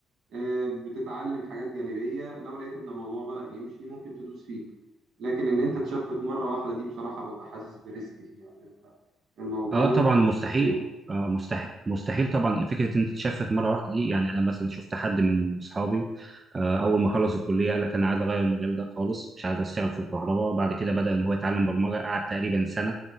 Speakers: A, on the right; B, on the right.
A: آه، بتتعلم حاجات جانبية لو لقيت ان الموضوع بدأ يمشي ممكن تدوس فيه لكن ان انت تشفت مرة واحدة دي بصراحة ببقى حاسس بريسك فيها ان انت الموضوع
B: اه
A: ممكن
B: طبعا مستحيل
A: يتأجل.
B: آه مستحيل مستحيل طبعا فكره ان انت تشفت مره واحده دي يعني انا مثلا شفت حد من اصحابي آه اول ما خلص الكليه قال لك انا عايز اغير المجال ده خالص مش عايز اشتغل في الكهرباء بعد كده بدا ان هو يتعلم برمجه قعد تقريبا سنه